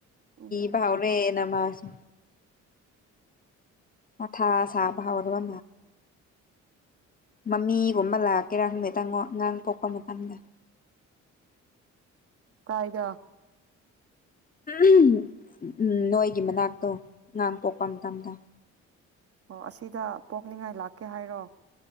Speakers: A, on the right (about 50°); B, on the left (about 30°).
A: ꯎꯝ
B: ꯀ ꯥꯎꯅꯦ ꯅꯃꯖ ꯃꯊꯥ ꯁꯥꯕ ꯍꯧꯔꯒ ꯃꯃꯤꯒꯨꯝꯕ ꯂꯥꯛꯀꯦꯔꯥ ꯍꯪꯗꯦ ꯇꯪꯉꯣ ꯑꯉꯥꯡ ꯄꯣꯛꯄ ꯃꯇꯝꯗ <inaudible>
A: ꯀꯥꯏꯗ
B: ꯎꯝ ꯅꯣꯏꯒꯤ ꯃꯅꯥꯛꯇꯣ ꯉꯥꯡ ꯄꯣꯛꯄ ꯃꯇꯝꯗ
A: ꯑꯣ ꯑꯁꯤꯗ ꯄꯣꯛꯅꯤꯡꯉꯥꯏ ꯂꯥꯛꯀꯦ ꯍꯥꯏꯔꯣ